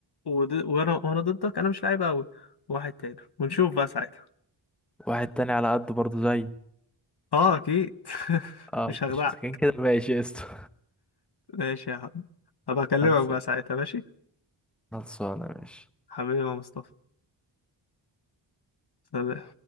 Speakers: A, on the left; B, in the centre.
A: ود... وانا وانا ضدك انا مش لعيب قوي واحد تاني ونشوف بقى ساعتها
B: واحد تاني على قده برضه زي
A: اه اكيد <laughs>
B: اه
A: مش هخدعك
B: مش ساكن كده ماشي قشطة
A: ماشي يا عم هبقى اكلمك
B: <laughs> خلصان
A: بقى ساعتها ماشي
B: خلصانه ماشي
A: حبيبي يا مصطفى سلام